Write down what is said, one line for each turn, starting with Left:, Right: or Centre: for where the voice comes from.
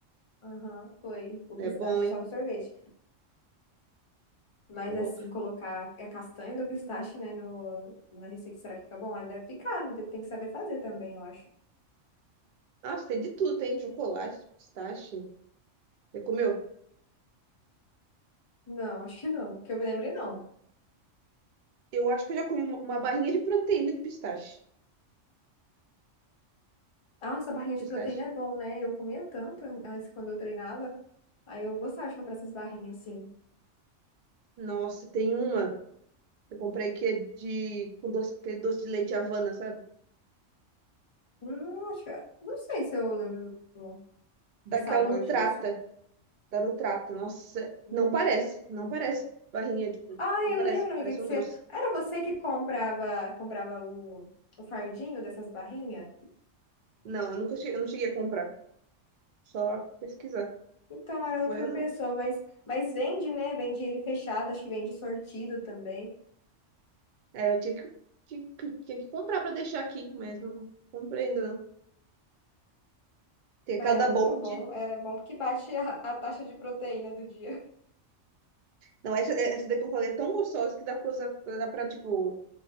Left: Aham, foi. O
Right: É
Left: pistache
Right: bom, hein?
Left: só no sorvete. Mas
Right: É bom.
Left: assim, colocar a castanha do pistache, né, no, na receita, será que fica bom? Aí deve ficar, né? tem que saber fazer também, eu acho.
Right: Nossa, tem de tudo, tem chocolate, pistache. Já comeu?
Left: Não, <laughs> acho que não. Que eu me lembre, não.
Right: Eu acho que eu já comi uma uma barrinha de proteína de pistache.
Left: Nossa, a barrinha
Right: Pistache.
Left: de proteína é bom, né? Eu comia tanto an- antes quando eu treinava. Aí eu gostava de comprar essas barrinhas assim.
Right: Nossa, tem uma que eu comprei que é de com doce, aquele doce de leite Havana, sabe?
Left: Hum, acho que... Não sei se eu lembro do,
Right: Daquela
Left: do sabor
Right: Nutrata,
Left: disso.
Right: da Nutrata. Nossa,
Left: Hum.
Right: não parece, não parece barrinha, tipo,
Left: Ah,
Right: não
Left: eu
Right: parece,
Left: lembro, amiga,
Right: parece
Left: que
Right: um
Left: você.
Right: doce.
Left: Era você que comprava, comprava o, o fardinho dessas barrinhas?
Right: Não, eu nunca cheguei, eu não cheguei a comprar, só pesquisar.
Left: Então era outra
Right: Foi eu
Left: pessoa,
Right: não.
Left: mas, mas vende, né? Vende ele fechado, acho que vende sortido também.
Right: É, eu tinha que, tinha que, tinha que comprar pra deixar aqui, mas não comprei ainda não. Tem aquela
Left: Ah, É
Right: da
Left: muito
Right: Bold.
Left: bom. É bom porque bate a a taxa de proteína do dia.
Right: Não, essa, essa daí que eu falei é tão gostosa que dá pra usar, dá pra, tipo,